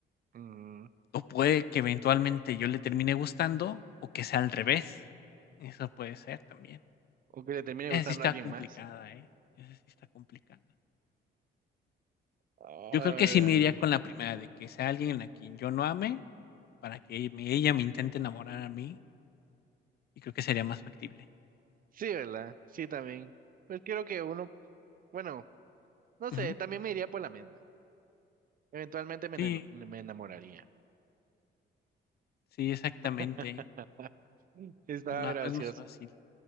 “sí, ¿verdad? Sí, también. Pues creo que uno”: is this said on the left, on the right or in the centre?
Right